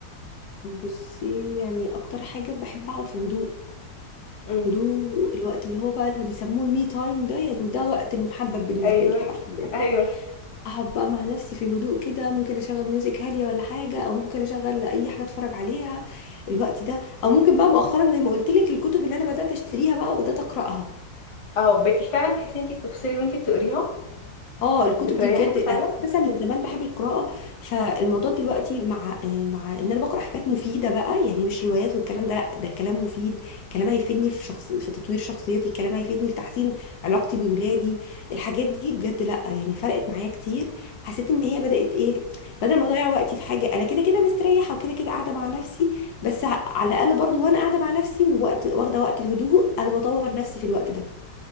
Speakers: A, on the left; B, on the left.
A: بصي يعني اكتر حاجه بحب اقعد في هدوء
B: امم
A: هدوء الوقت اللي هو بقى اللي بيسموه المي تايم ده يعني ده وقت المحبب بالنسبه
B: ايوه
A: لي حرفيا يعني
B: ايوه
A: اقعد بقى مع نفسي في هدوء كده ممكن اشغل ميوزك هاديه ولا حاجه او ممكن اشغل اي حاجه اتفرج عليها الوقت ده او ممكن بقى مؤخرا زي ما قلت لك الكتب اللي انا بدات اشتريها بقى وبدات اقراها
B: اه بقيتي فعلا تحسي انت بتفصلي وانت بتقريها
A: اه الكتب
B: بتريحك
A: دي بجد
B: فعلا
A: أنا اساسا من زمان بحب القراءه فالموضوع دلوقتي مع آه، مع ان انا بقرا حاجات مفيده بقى يعني مش روايات والكلام ده لا ده كلام مفيد كلام هيفيدني في شخص في تطوير شخصيتي كلام هيفيدني في تحسين علاقتي بولادي الحاجات دي بجد لا يعني فرقت معايا كتير حسيت ان هي بدات ايه بدل ما اضيع وقتي في حاجه انا كده كده مستريحه وكده كده قاعده مع نفسي بس ع- على الاقل برضو وانا قاعده مع نفسي ووقت واخده وقت الهدوء انا بطور نفسي في الوقت ده